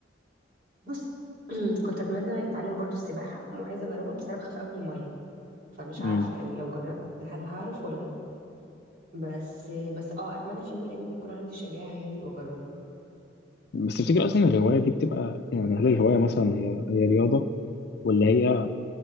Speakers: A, on the right (about 45°); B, on the left (about 55°).
A: بص <clears throat> كنت اتمنى اتعلم برضو السباحة وعايزة اجربها بس انا بخاف قوي من المية فمش
B: مم.
A: عارفة يعني لو جربت هل هعرف ولا لا بس بس اه اتمنى في يوم من الايام يكون عندي شجاعة يعني واجرب
B: بس تفتكر اصلا الهوايه دي بتبقى يعني هل الهوايه مثلا هي هي رياضه ولا هي